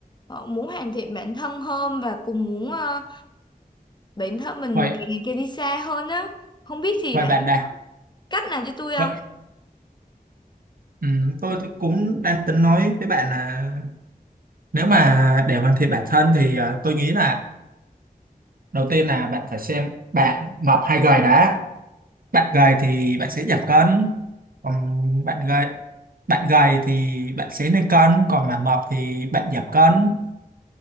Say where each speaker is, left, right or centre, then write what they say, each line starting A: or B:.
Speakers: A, on the left; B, on the right.
A: Ờ, muốn hoàn thiện bản thân hơn và cũng muốn ờ, bản thân mình
B: vậy
A: càng ngày càng đi xa hơn á. Không biết thì
B: vậy
A: bạn
B: bạn nào
A: cách nào cho tôi không?
B: vậy Ừ, tôi thì cũng đang tính nói với bạn là nếu mà để hoàn thiện bản thân thì à, tôi nghĩ là đầu tiên là bạn phải xem bạn mập hay gầy đã. Bạn gầy thì bạn sẽ giảm cân, còn bạn gầy bạn gầy thì bạn sẽ lên cân, còn mà mập thì bạn giảm cân.